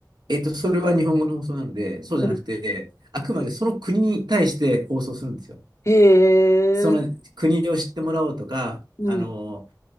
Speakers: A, on the right (about 85°); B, on the left (about 40°).
A: えっと、それは日本語の放送なので、そうじゃなくて、
B: うん
A: あくまでその国に対して放送するんですよ。
B: へえ、
A: その国を知ってもらおうとか、
B: うん、
A: あの、
B: うん、